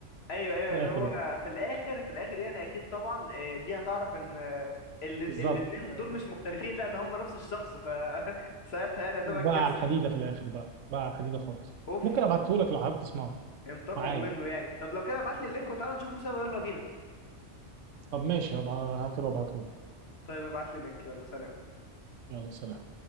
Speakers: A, on the left (about 60°); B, on the right (about 85°).
A: ايوه ايوه
B: في
A: اللي
B: الاخر
A: هو
B: يعني
A: في الاخر في الاخر يعني اكيد طبعا آه، دي هتعرف ان آه، ال-
B: بالظبط
A: الاتنين
B: آه،
A: دول مش مختلفين
B: آه،
A: لا ده هم نفس الشخص ف <laughs> ساعتها يعني هتبقى
B: وبقى
A: الكارثه
B: على الحديده في الاخر بقى بقى على الحديده خالص
A: اوف
B: ممكن ابعته لك لو حابب تسمعه
A: انتقموا
B: معايا
A: منه يعني طب لو كده ابعت لي اللينك وتعالى نشوفه سوا يلا بينا
B: طب ماشي هبقى هقفل وابعته لك
A: طيب ابعت لي اللينك يلا سلام
B: يلا سلام